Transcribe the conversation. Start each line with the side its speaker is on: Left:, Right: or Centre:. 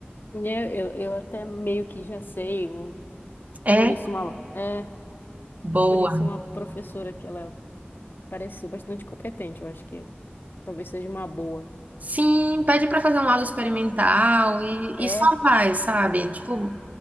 Left: né, eu, eu até meio que já sei, um-
Right: É.
Left: conheço uma. é,
Right: Boa.
Left: Eu conheci uma professora que ela parece ser bastante competente, eu acho que talvez seja uma boa.
Right: Sim, pede para fazer um aula experimental e,
Left: É,
Right: e só vai, sabe? Tipo,